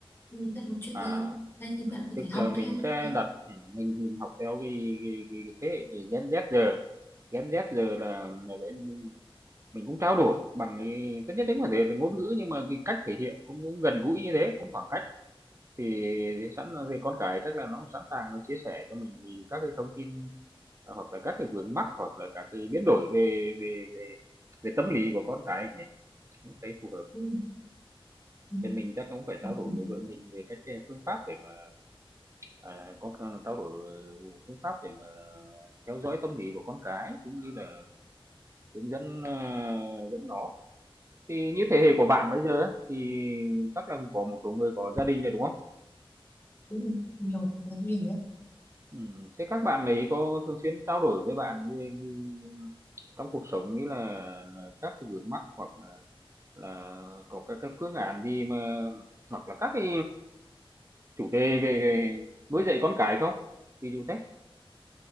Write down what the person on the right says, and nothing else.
à,
tức
là mình
sẽ
đặt ừm, mình mình học theo cái cái cái cái thế hệ Gen Z giờ, Gen Z giờ là là để mình mình cũng trao đổi bằng cái tất nhiên đấy có thể là ngôn ngữ nhưng mà cái cách thể hiện cũng cũng gần gũi như thế, cũng khoảng cách. Thì sẵn về con cái chắc là nó cũng sẵn sàng nó chia sẻ cho mình thì các cái thông tin, ờ, hoặc là các cái vướng mắc, hoặc là các cái biến đổi về về về về tâm lý của con cái nhỉ, cũng thấy phù hợp.
Thì mình chắc cũng phải
trao đổi
với vợ mình về các cái phương pháp để mà, à, có c trao đổi, ờ, phương pháp để mà theo dõi tâm lý của con cái, cũng như là hướng dẫn, ờ, dẫn nó. Thì như thế hệ của bạn bây giờ á, thì chắc là có một số người có gia đình rồi, đúng không?
Ừm, thế các bạn ấy có thường xuyên trao đổi với bạn về cái trong cuộc sống, như là là các cái vướng mắc hoặc là là có các cái phương án gì mà hoặc là các cái chủ đề về nuôi dạy con cái không? Ví dụ thế.